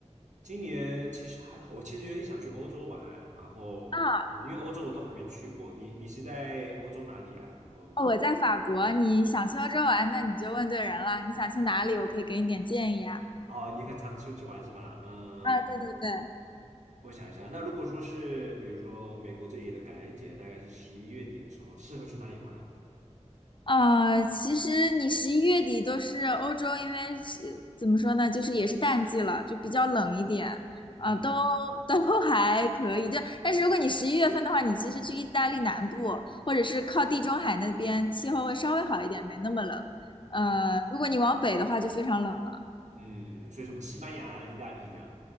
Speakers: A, on the right; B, on the left.
A: 今年其实还好，我其实有点想去欧洲玩，然后。
B: 啊，
A: 嗯因为欧洲我都还没去过，你你是在欧洲哪里啊？然后
B: 哦我在法国，你想去欧洲玩，那你就问对人了。你想去哪里，我可以给你点建议啊。
A: 哦，你很常出去玩是吧？嗯，
B: 啊，对对对，
A: 我想一下，那如果说是比如说美国这里的感恩节，大概是十一月底的时候，适合去哪里玩？
B: 呃，其实你十一月底都是欧洲，因为是怎么说呢，就是也是淡季了，就比较冷一点，
A: 嗯
B: 啊、都都 <laughs> 还可以。这但是如果你十一月份的话，你其实去意大利南部，或者是靠地中海那边，气候会稍微好一点，没那么冷。呃，
A: 嗯
B: 如果你往北的话，就非常冷了。
A: 嗯，所以什么西班牙、意大利这样。